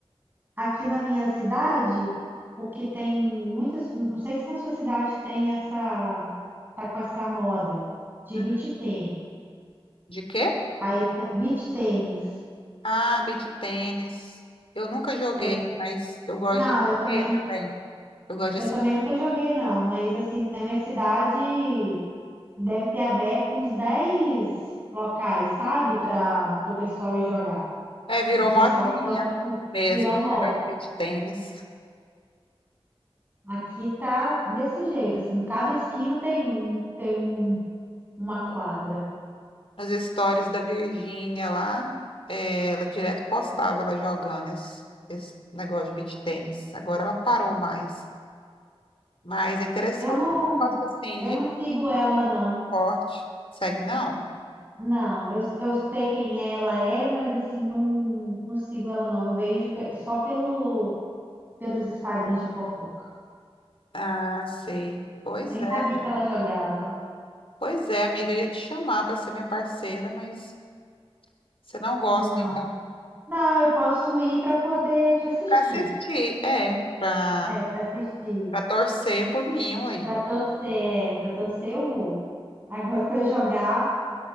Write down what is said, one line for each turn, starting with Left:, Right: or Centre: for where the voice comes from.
Right: aqui na minha cidade, o que tem muitas, não sei se na sua cidade tem essa, tá com essa moda de
Left: Uhum.
Right: beach tênis.
Left: De quê?
Right: Aí te- beach tênis.
Left: Ah, beach tênis. Eu nunca joguei,
Right: Tem,
Left: mas eu gosto
Right: não,
Left: de
Right: eu também,
Left: ver
Right: nu-
Left: também. Eu gosto de
Right: eu
Left: assistir.
Right: também nunca joguei não, mas assim, na minha cidade deve ter aberto uns 10 locais, sabe, para o pessoal ir jogar.
Left: É, virou
Right: O pessoal
Left: modinha
Right: que gosta muito,
Left: mesmo
Right: virou
Left: esse
Right: moda.
Left: negócio de beach tênis.
Right: Aqui tá desse jeito, assim, cada esquina tem um, tem um, uma quadra.
Left: Nos stories da Virgínia lá, é, ela direto postava ela jogando esse, esse negócio de beach tênis. Agora ela parou mais. Mas é interessante.
Right: Eu não,
Left: Gosto assim
Right: eu
Left: de
Right: não sigo ela, não.
Left: esporte. Segue, não?
Right: Não, eu, eu sei quem ela é, mas assim, não, não sigo ela, não. Eu vejo pe- só pelo, pelos Instagrams de fofoca.
Left: Ah, sei. Pois
Right: Eu nem
Left: é,
Right: sabia
Left: amiga.
Right: que ela jogava.
Left: Pois é, amiga. Eu ia te chamar para ser minha parceira, mas você não gosta,
Right: Não.
Left: então.
Right: Não, eu posso ir pra poder te assistir.
Left: Para assistir, é. Para
Right: É, pra assistir,
Left: para torcer por mim, aí.
Right: Pra torcer, é, para torcer eu vou. Agora pra jogar